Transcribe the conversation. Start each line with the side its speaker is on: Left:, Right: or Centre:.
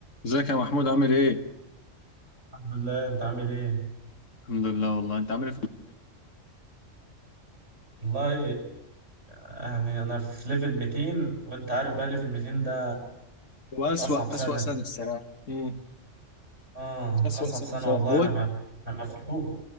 Left: ازيك يا محمود عامل ايه؟
Right: الحمد لله انت عامل ايه
Left: الحمد لله والله انت عامل ايه في الكلية؟
Right: والله يعني انا في ليفل 200 وانت عارف بقى ليفل 200 ده
Left: هو أسوأ
Right: اصعب سنة
Left: أسوأ سنة الصراحة امم
Right: اه
Left: أسوأ
Right: اصعب
Left: سنة
Right: سنة
Left: بصراحة
Right: والله
Left: هو
Right: انا مف- انا مفحوط